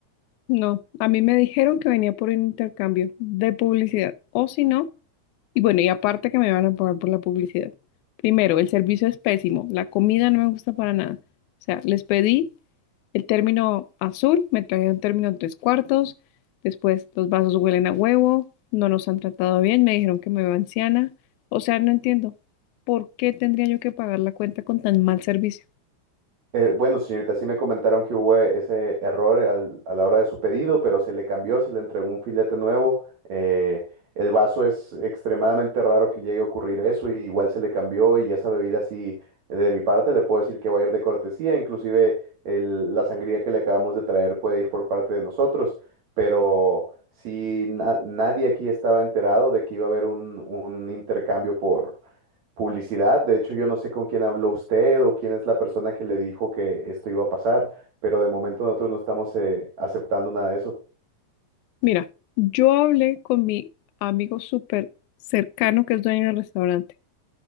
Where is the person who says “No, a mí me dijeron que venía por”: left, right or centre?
Left